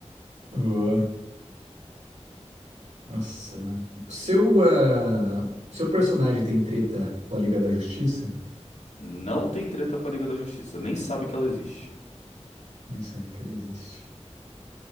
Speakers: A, on the right; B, on the left.
A: boa. Nossa. Seu, ah, seu personagem tem treta com a Liga da Justiça?
B: Não tem treta com a Liga da Justiça, nem sabe que ela existe.
A: Isso aí que ela existe.